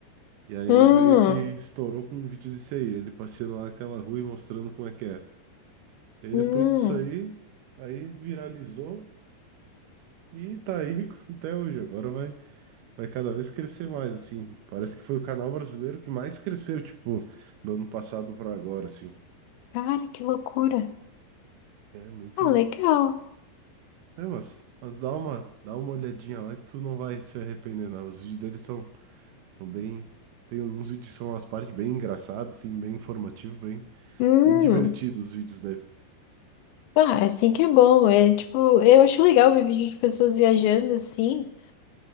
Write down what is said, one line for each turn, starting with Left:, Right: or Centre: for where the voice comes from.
Right: e aí
Left: Hum,
Right: meio que estourou com um vídeo desse aí, ele passeando lá naquela rua e mostrando como é que era. E aí
Left: hum.
Right: depois disso aí, aí viralizou e tá aí <laughs> até hoje. Agora vai, vai cada vez crescer mais, assim. Parece que foi o canal brasileiro que mais cresceu, tipo, do ano passado pra agora, assim.
Left: Cara, que loucura.
Right: É muito,
Left: Ah, legal.
Right: É, mas, mas dá uma, dá uma olhadinha lá que tu não vai se arrepender, não. Os vídeos deles são, são bem. Tem alguns vídeos que são as partes bem engraçadas, assim, bem informativo, bem,
Left: Hum.
Right: bem divertidos os vídeos dele.
Left: Ah, é assim que é bom. É tipo, eu acho legal ver vídeo de pessoas viajando assim.